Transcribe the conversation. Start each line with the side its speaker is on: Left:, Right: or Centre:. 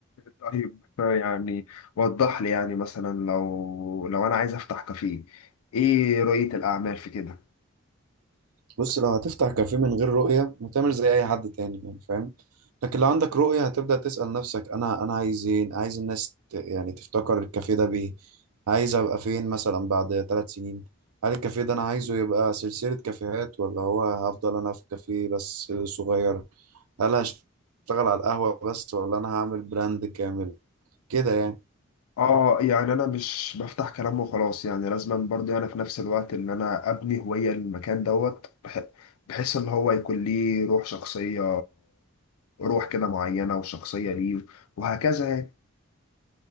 Left: طيب يعني وضح لي يعني مثلا لو لو انا عايز افتح كافيه ايه رؤيه الاعمال في كده
Right: بص لو هتفتح كافيه من غير رؤية هتعمل زي أي حد تاني يعني فاهم لكن لو عندك رؤية هتبدأ تسأل نفسك أنا أنا عايز إيه عايز الناس ت- يعني تفتكر الكافيه ده بإيه عايز أبقى فين مثلا بعد ثلاث سنين هل الكافيه ده أنا عايزه يبقى سلسلة كافيهات ولا هو هفضل أنا في كافيه بس صغير هل هشتغل على القهوة بس ولا أنا هعمل براند كامل كده يعني
Left: اه يعني انا مش بفتح كلام وخلاص يعني لازم برضه انا في نفس الوقت ان انا ابني هوية للمكان دوت بح- بحيث ان هو يكون ليه روح شخصية روح كده معينة وشخصية ليه وهكذا يعني